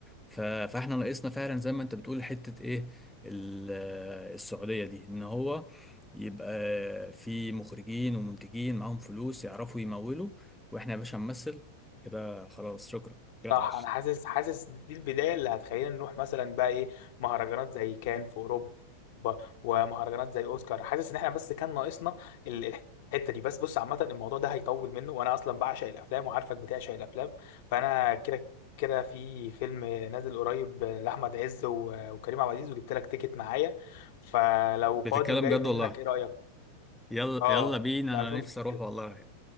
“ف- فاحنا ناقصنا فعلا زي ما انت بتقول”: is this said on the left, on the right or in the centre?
Centre